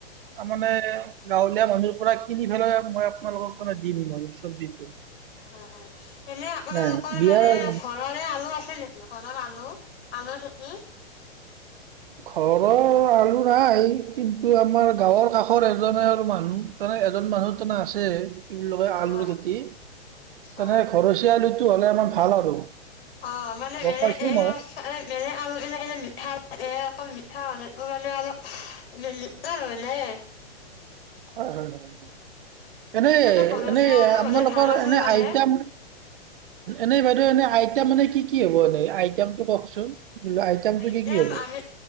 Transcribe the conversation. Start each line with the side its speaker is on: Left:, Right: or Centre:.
Right: তাৰ মমানে গাঁৱলীয়া মানুহৰ পৰা। কিনি পেলাই মই। আপোনালোকক কনে দিম মই চবজিটো
Left: হয় হয়। এনে আপোনালোকৰ
Right: নাই বিয়াৰ।
Left: মানে ঘৰৰে আলু আছিল নেকি ঘনৰ আলু-আলু খেতি
Right: ঘৰৰ আলু নাই কিন্তু আমাৰ গাঁৱৰ কাষৰ এজনে আৰু মানুহ। তমানে এজন মানুহ তাৰমানে আছে কি বুলি কয় আলুৰ
Left: অ
Right: খেতি তেনে
Left: অ
Right: ঘৰচীয়া আলু। টো হ'লে আমাৰ ভাল আৰু।
Left: অ মানে
Right: গম
Left: মেলে
Right: পাইছো
Left: এই
Right: মই
Left: মেলে আলু বিলাক এই মিঠা। এ মিঠা মানে অলুপিলে <unintelligible>
Right: হয়-হয়-হয়-হয়। এনেই-এনেই
Left: সেইকাৰণে ঘৰচীয়া আলু
Right: আপোনালোকৰ
Left: হ'লে ভাল আছিল
Right: এনে
Left: মানে।
Right: আইটেম। এনেই বাইদেউ এনে আইতেম মানে কি-কি হ'ব এনে আইতামটো কওকচোন। কি বোলে আইটেমটো
Left: আইটেম
Right: কি কি হ'ব
Left: মানে